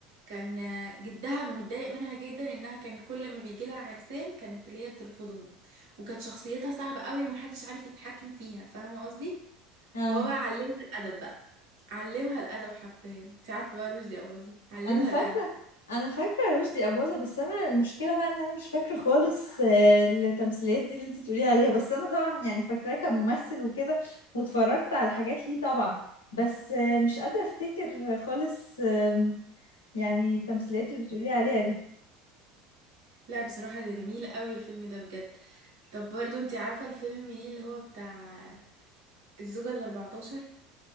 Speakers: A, on the right; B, on the left.
A: كان جدها متضايق منها جدا انها كان كل ما بيجي لها عرسان كانت اللي هي بترفضهم وكانت شخصيتها صعبة قوي ومحدش عارف يتحكم فيها فاهمة قصدي
B: امم
A: هو بقى علمها الادب بقى علمها الادب حرفيا انت عارفة بقى رشدي أباظة علمها
B: انا فاكره
A: الادب
B: انا فاكره رشدي اباظه بس انا المشكله بقى ان انا مش فاكره خالص آه، التمثيليات دي اللي انت تقولي عليها بس انا طبعا يعني فاكراه كممثل وكده واتفرجت على حاجات ليه طبعا بس آه، مش قادره افتكر خالص آم، يعني التمثيليات اللي بتقولي عليها دي
A: لا بصراحة ده جميل قوي الفيلم ده بجد طب برضو انت عارفة الفيلم ليه اللي هو بتاع الزوجة الأربعتاشر